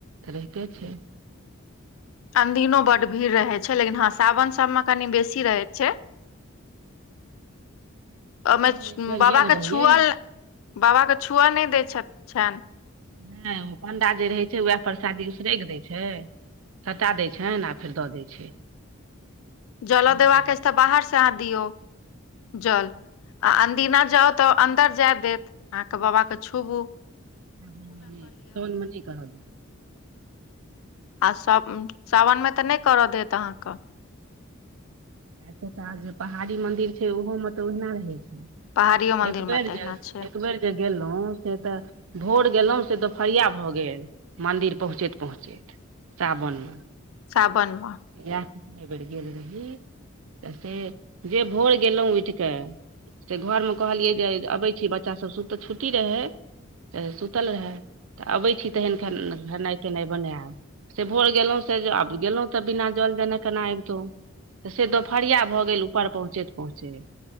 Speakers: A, on the right; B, on the left.
A: रहिते छै
B: अनदिनो बड्ड भीड़ रहै छै लेकिन हँ सावन सभमे कनि बेसी रहैत छै
A: हमहूँ
B: ओहिमे
A: एक बेर
B: बाबा
A: गेल रहियै
B: छुअल बाबा के छुए नहि दै छथि
A: नहि ओ पण्डा जे रहै छै उएह प्रसादी झिरैक दै छै सटा दै छनि आ फेर द दै छै
B: जलो
A: तहिना
B: देबाका
A: होइ
B: अछि
A: छै
B: तऽ बाहर से अहाँ दियऔ जल आ अंदीना जाउ तऽ अन्दर जाय देत अहाँके बाबा के छुबू
A: आ मने सोन मने कही <unintelligible>
B: आ सावनमे तऽ नहि करय देत अहाँक
A: एतका जे पहाड़ी मंन्दिर छै ओहोमे तऽ ओहिना रहै छै
B: पहाड़ियो मंदिर
A: एक बेर
B: मे तहिना
A: जल
B: छै
A: एक बेर जे गेलहुँ से तऽ भोर गेलहुँ से दुोपहरिया भऽ गेल मन्दिर पहुँचैत पहुँचैत सावन
B: सावन मे
A: इहा ओइ बेर गेल रही तऽ से जे भोर गेलहुँ उठ कऽ त घरमे कहलियै जे अबै छी बच्चा सब तऽ छुट्टी रहै तऽ सुतल रहए तऽ अबै छी तहन खेनाई पिनाई बनायब से भोर गेलहुँ से आब गेलहुँ तऽ बिना जल देने केना अबितहु से दुोपहरिया भऽ गेल ऊपर पहुँचैत पहुँचैत